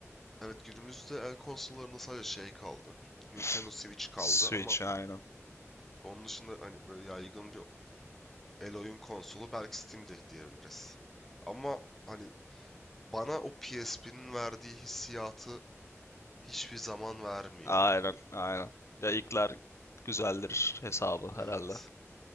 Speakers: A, in the centre; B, on the left.
A: Evet günümüzde el konsollarında sadece şey kaldı. Nintendo
B: <laughs>
A: Switch kaldı
B: Switch
A: ama
B: aynı.
A: onun dışında hani böyle yaygın bir el oyun konsolu belki Steam Deck diyebiliriz. Ama hani bana o PSP'nin verdiği hissiyatı hiçbir zaman vermiyor.
B: Aynen, aynen. Ya ilkler güzeldir hesabı herhalde.
A: Evet.